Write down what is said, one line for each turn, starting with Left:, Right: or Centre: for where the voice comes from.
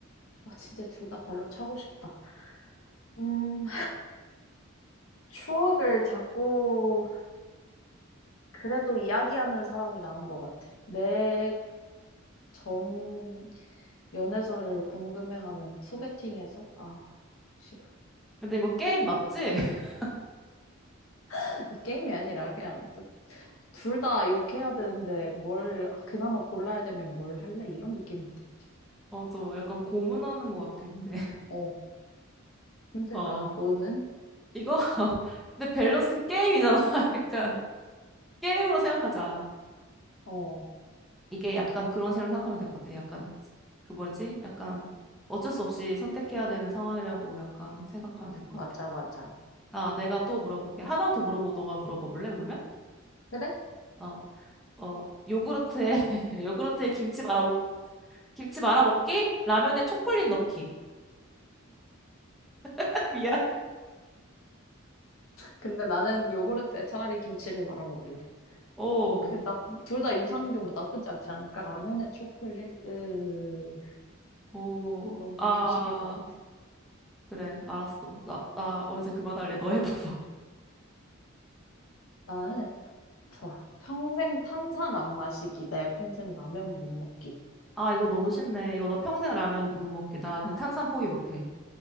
Left: 와, 진짜 둘 다 발로 차고 싶다. 음, 추억을 자꾸 그래도 이야기하는 사람이 나은 것 같아. 내 전 연애사를 궁금해하면 소개팅에서 아, 싫어.
Centre: 근데 이거 게임 맞지? <laughs>
Left: <laughs> 게임이 아니라 그냥 둘 다 욕해야 되는데 뭘, 아, 그나마 골라야 되면 뭘 할래? 이런 느낌인데.
Centre: 어, 저 약간 고문하는 것 같아, 근데.
Left: 어,
Centre: <laughs>
Left: 힘들다.
Centre: 어.
Left: 너는?
Centre: 이거 <laughs> 근데 밸런스 게임이잖아. <laughs> 약간 게임으로 생각하자.
Left: 어,
Centre: 이게 약간 그런 식으로 생각하면 될 것 같아. 약간 그 뭐지? 약간 어쩔 수 없이 선택해야 되는 상황이라고 약간 생각하면 될 것
Left: 맞아,
Centre: 같아.
Left: 맞아.
Centre: 아, 내가 또 물어볼게. 하나 더 물어보고 너가 물어봐 볼래? 그러면?
Left: 그래?
Centre: 어, 어, 요구르트에 <laughs> 요구르트에 김치 말아 먹 김치 말아 먹기? 라면에 초콜릿 넣기. <laughs> 미안.
Left: 근데 나는 요구르트에 차라리 김치를 말아 먹을래.
Centre: 오,
Left: 그, 나, 둘 다 유산균 뭐 나쁘지 않지 않을까? 라면에 초콜릿? 으,
Centre: 오,
Left: 너무
Centre: 아,
Left: 괴식일 것 같아.
Centre: 그래, 알았어. 나, 나, 어, 이제 그만할래. 너 해봐봐.
Left: 나는, 좋아. 평생 탄산 안 마시기 대 평생 라면 못 먹기.
Centre: 아, 이거 너무 쉽네. 이거 나 평생 라면 못 먹게. 나는 탄산 포기 못해.